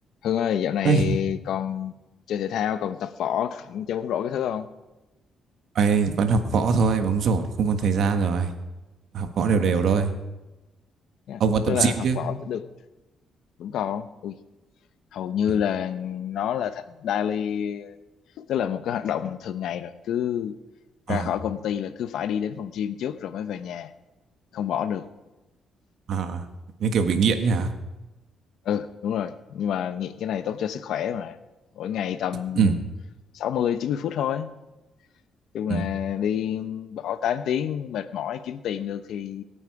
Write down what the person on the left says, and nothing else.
Hưng ơi, dạo này
còn chơi thể thao, còn tập võ, chơi bóng rổ cái thứ không?
Ừ,
yeah.
Tức là
học
võ được vẫn còn. không? Ui, hầu như
là nó là thành daily, tức là một cái hoạt động thường ngày rồi. Cứ
ra khỏi công ty là cứ phải đi đến phòng gym trước rồi mới về nhà, không bỏ được.
Ừ, đúng rồi. Nhưng mà nghiện cái này tốt cho sức khỏe mà. Mỗi ngày tầm
sáu mươi chín mươi phút thôi. Chung
là đi bỏ 8 tiếng mệt mỏi kiếm tiền được thì